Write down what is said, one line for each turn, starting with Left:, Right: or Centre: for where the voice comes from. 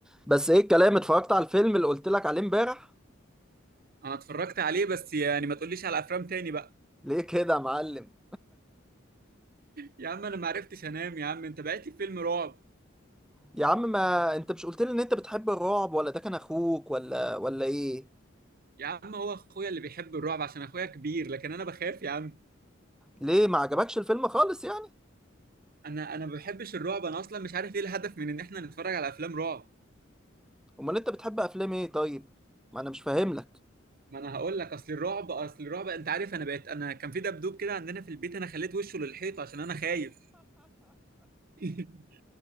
Centre: بس ايه الكلام اتفرجت على الفيلم اللي قلت لك عليه امبارح
Right: انا اتفرجت عليه بس يعني ما تقوليش على افلام تاني بقى
Centre: ليه كده يا معلم
Right: يا عم انا ما عرفتش انام يا عم انت بعت لي فيلم رعب
Centre: يا عم ما انت مش قلت لي ان انت بتحب الرعب ولا ده كان اخوك ولا ولا ايه
Right: يا عم هو اخويا اللي بيحب الرعب عشان اخويا كبير لكن انا بخاف يا عم
Centre: ليه ما عجبكش الفيلم خالص يعني
Right: انا انا ما بحبش الرعب انا اصلا مش عارف ايه الهدف من ان احنا نتفرج على افلام رعب
Centre: امال انت بتحب افلام ايه طيب ما انا مش فاهم لك
Right: ما انا هقول لك اصل الرعب اصل الرعب انت عارف انا بقيت انا كان في دبدوب كده عندنا في البيت انا خليت وشه للحيط عشان انا خايف <laughs>